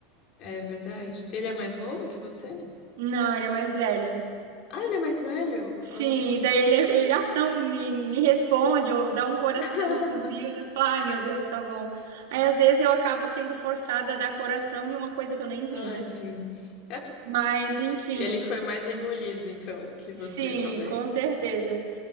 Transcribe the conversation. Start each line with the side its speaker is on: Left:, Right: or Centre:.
Left: é verdade. Ele é mais novo que você?
Right: Não, ele é mais velho.
Left: Ah, ele é mais velho?
Right: Sim,
Left: Ah.
Right: e daí ele, ele, ah, não, me, me responde, ou dá um coração
Left: <laughs>
Right: se tu viu, daí eu ai meu Deus, tá bom. Aí às vezes eu acabo sendo forçada a dar coração de uma coisa que eu nem vi,
Left: Ai,
Right: né?
Left: gente.
Right: Mas enfim,
Left: Ele foi mais engolido, então, que você,
Right: sim,
Left: talvez.
Right: com certeza.